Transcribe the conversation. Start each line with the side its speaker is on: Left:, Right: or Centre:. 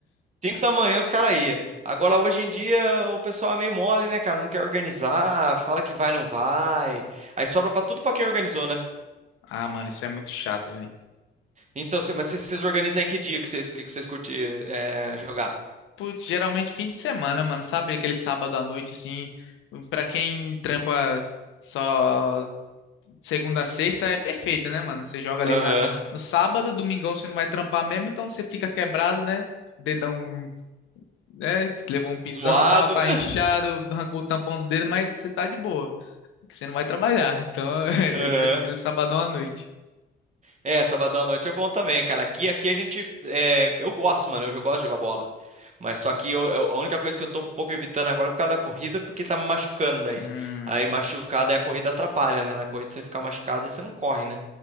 Right: Cinco da manhã os caras iam. Agora, hoje em dia, o pessoal é meio mole, né, cara? Não quer organizar, fala que vai, não vai. Aí sobra pra tudo pra quem organizou, né?
Left: Ah, mano, isso é muito chato, velho.
Right: Então, cê- mas vocês vocês organizam em que dia que vocês que vocês curtir é, jogar?
Left: Putz, geralmente fim de semana, mano, sabe? Aquele sábado à noite, assim, pra quem trampa só segunda a sexta, é perfeito, né, mano? Você joga ali
Right: Aham.
Left: na... no sábado, domingão você não vai trampar mesmo, então você fica quebrado, né? Dedão, né? Levou um pisão,
Right: Zoado.
Left: tal, tá
Right: <laughs>
Left: inchado, <laughs> arrancou o tampão do dedo, mas você tá de boa, porque você não vai trabalhar. Então, <laughs>
Right: Aham.
Left: eu prefiro sabadão à noite.
Right: É, sabadão à noite é bom também, cara. Aqui, aqui a gente. é, eu gosto, mano. Eu, jo- gosto de jogar bola. Mas só que eu, eu- a única coisa que eu tô um pouco evitando agora é por causa da corrida, porque tá me machucando daí.
Left: Hum,
Right: Aí machucado, aí a corrida atrapalha, né? Na corrida você fica machucado e você não corre, né?